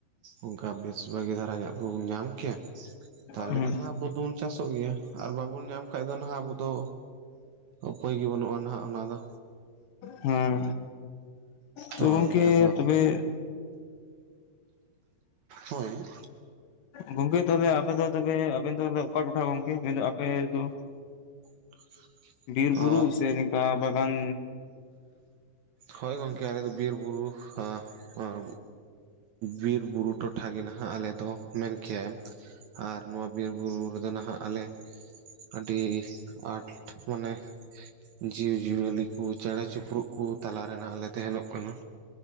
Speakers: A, on the right (about 70°); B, on the left (about 70°).
A: ᱚᱱᱠᱟ ᱵᱮᱥ ᱵᱷᱟᱹᱜᱤ ᱫᱷᱟᱨᱟ ᱜᱮᱵᱚᱱ ᱧᱟᱢ ᱠᱮᱭᱟ᱾ ᱛᱟᱦᱚᱞᱮ
B: ᱦᱩᱸ
A: ᱫᱚ ᱱᱟᱸᱦᱜ ᱟᱵᱚ ᱫᱚᱵᱚᱱ ᱪᱟᱥᱚᱜ ᱜᱮᱭᱟ, ᱟᱨ ᱵᱟᱵᱚᱱ ᱧᱟᱢ ᱠᱷᱟ ᱫᱚ ᱱᱟᱜ ᱟᱵᱚ ᱫᱚ ᱩᱯᱟᱹᱭᱜ ᱜᱮ ᱵᱟᱹᱱᱩᱜᱼᱟ ᱱᱟᱦᱟᱜ ᱚᱱᱟ ᱫᱚ᱾
B: ᱦᱩᱸ ᱛᱚ
A: ᱦᱳᱭ
B: ᱜᱚᱝᱠᱮ
A: ᱟᱫᱚ
B: ᱛᱚᱵᱮ
A: ᱦᱳᱭ᱾
B: ᱜᱚᱝᱠᱮ ᱛᱟᱦᱞᱮ ᱟᱯᱮ ᱫᱚ ᱛᱚᱵᱮ ᱟᱵᱮᱱ ᱫᱚ ᱚᱠᱟ ᱴᱚᱴᱷᱟ ᱜᱚᱢᱠᱮ, ᱢᱮᱱ ᱫᱚ ᱟᱯᱮ ᱫᱚ?
A: <inaudible>
B: ᱵᱤᱨ
A: ᱚ
B: ᱵᱩᱨᱩ ᱥᱮ ᱱᱚᱠᱟ ᱵᱟᱜᱟᱱ
A: ᱦᱳᱭ ᱜᱚᱢᱠᱮ ᱟᱞᱮ ᱫᱚ ᱵᱤᱨᱵᱩᱨᱩ ᱦᱟᱸ ᱦᱟᱸ, ᱵᱤᱨᱵᱩᱨᱩ ᱴᱚᱴᱷᱟ ᱜᱮ ᱱᱟᱦᱟᱜ ᱟᱞᱮ ᱫᱚ ᱢᱮᱱ ᱠᱮᱭᱮᱢ᱾ ᱟᱨ ᱱᱚᱣᱟ ᱵᱤᱨ ᱵᱩᱨᱩ ᱨᱮᱫᱚ ᱱᱟᱦᱟᱜ ᱟᱞᱮ ᱟᱹᱰᱤ ᱟᱸᱴ ᱢᱟᱱᱮ ᱡᱤᱵᱽᱼᱡᱤᱭᱟᱹᱞᱤ ᱦᱩᱭ ᱪᱮᱬᱮ ᱪᱤᱯᱨᱩᱜ ᱠᱚ ᱛᱟᱨᱮ ᱱᱟᱦ ᱞᱮ ᱛᱮᱦᱮᱱᱚᱜ ᱠᱟᱱᱟ,